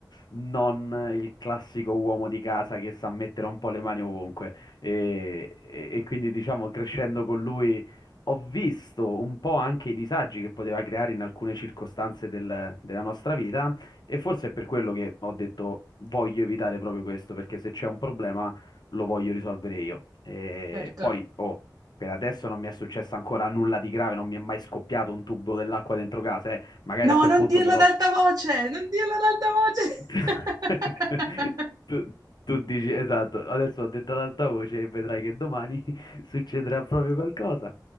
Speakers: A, on the left; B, on the right.
A: non il classico uomo di casa che sa mettere un po' le mani ovunque. E, e- e quindi diciamo crescendo con lui ho visto un po' anche i disagi che poteva creare in alcune circostanze del- della nostra vita e forse è per quello che ho detto voglio evitare proprio questo, perché se c'è un problema lo voglio risolvere io. E
B: Certo.
A: poi, oh, per adesso non mi è successo ancora nulla di grave, non mi è mai scoppiato un tubo dell'acqua dentro casa, eh. Magari
B: No,
A: a quel
B: non
A: punto
B: dirlo
A: dovrò
B: ad alta voce, non dirlo ad alta voce.
A: <laughs>
B: <laughs>
A: Tu, tu dici, esatto, adesso ho detto ad alta voce e vedrai che domani <laughs> succederà proprio qualcosa.